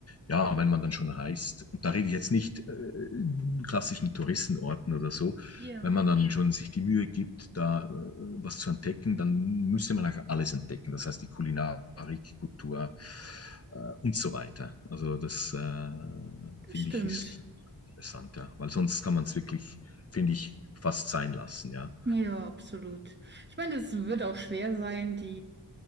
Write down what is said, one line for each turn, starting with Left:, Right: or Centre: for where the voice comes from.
Left: ja, wenn man dann schon reist, und da rede ich jetzt nicht äh, klassischen Touristenorten oder so,
Right: Ja,
Left: wenn man dann schon sich die Mühe gibt, da äh, was zu entdecken, dann müsste man auch alles entdecken. Das heißt, die Kulinarik, Kultur äh, und so weiter. Also das äh,
Right: das
Left: finde
Right: stimmt.
Left: ich ist interessant, ja. Weil sonst kann man es wirklich, finde ich, fast sein lassen, ja.
Right: Ja, absolut. Ich meine, es wird auch schwer sein, die